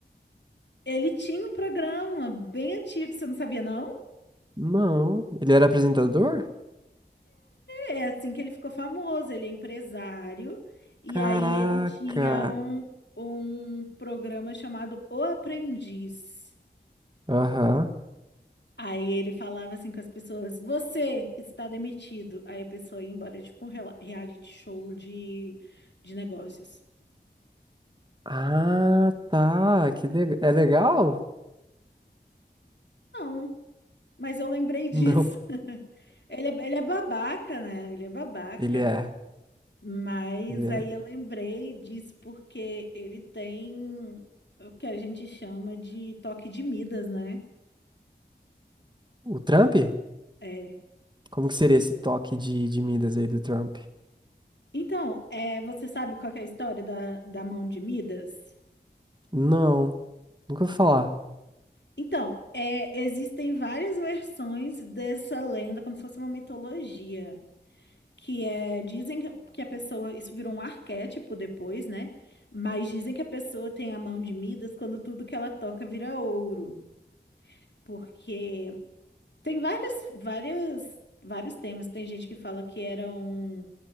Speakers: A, on the left; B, on the right.
A: Ele tinha um programa bem antigo, você não sabia, não?
B: Não, ele era apresentador?
A: É assim que ele ficou famoso. Ele é empresário. E
B: Caraca.
A: aí ele tinha um, um programa chamado O Aprendiz.
B: Aham.
A: Aí ele falava assim com as pessoas: Você está demitido. Aí a pessoa ia embora, tipo um rela- reality show de, de negócios.
B: Ah, tá. Que legal. É legal?
A: Não, mas eu lembrei disso.
B: Não,
A: <laughs> Ele é, ele é babaca, né? Ele é babaca.
B: ele é.
A: Mas
B: Ele é.
A: aí eu lembrei disso porque ele tem o que a gente chama de toque de Midas, né?
B: O Trump?
A: É.
B: Como que seria esse toque de, de Midas aí do Trump?
A: Então, é, você sabe qual que é a história da, da mão de Midas?
B: Não, nunca vou falar.
A: Então, é, existem várias versões dessa lenda, como se fosse uma mitologia, que é, dizem que que a pessoa, isso virou um arquétipo depois, né? Mas dizem que a pessoa tem a mão de Midas quando tudo que ela toca vira ouro, porque tem várias, várias, vários temas. Tem gente que fala que eram